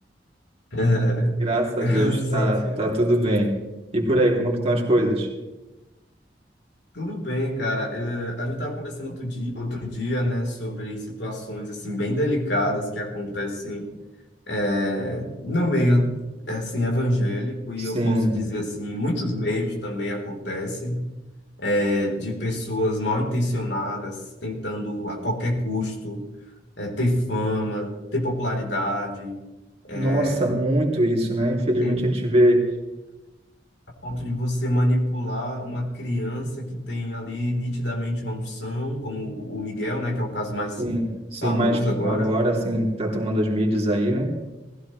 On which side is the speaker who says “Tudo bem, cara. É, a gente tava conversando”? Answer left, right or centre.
Left